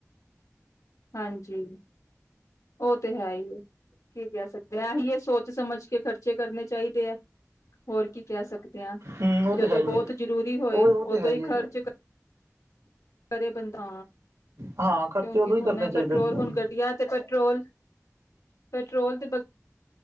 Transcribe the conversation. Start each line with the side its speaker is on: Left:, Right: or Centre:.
Left: ਹਾਂਜੀ ਉਹ ਤੇ ਹੈ ਹੀ ਹੈ ਕੀ ਕਹਿ ਸਕਦੇ ਹਾ, ਐਹੀ ਇਹ ਸੋਚ ਸਮਝ ਕੇ ਖਰਚੇ ਕਰਨੇ ਚਾਹੀਦੇ ਹੈ ਹੋਰ ਕੀ ਕਹਿ ਸਕਦੇ ਆ।
Right: ਹੂੰ ਉਹ
Left: ਜਦੋਂ
Right: ਤੇ ਹੈ ਹੀ
Left: ਬਹੁਤ
Right: ਹੈ
Left: ਜਰੂਰੀ ਹੋਏ
Right: ਉਹ ਉਹ ਤੇ
Left: ਉਦੋਂ
Right: ਹੈ
Left: ਹੀ ਖਰਚ
Right: ਹੈ ਜੀ ਉਹ ਤੇ
Left: ਕਰੇ ਬੰਦਾ
Right: ਹਾਂ ਖਰਚੇ
Left: ਕਿਉਂਕਿ
Right: ਉਦੋਂ
Left: ਹੁਣ
Right: ਹੀ ਕਰਨੇ ਚਾਹੀਦੇ
Left: ਪੈਟਰੋਲ
Right: ਜੀ
Left: ਹੁਣ
Right: ਜੀ
Left: ਘਟੀਆ ਤੇ ਪੈਟਰੋਲ ਪੈਟਰੋਲ ਦੇ,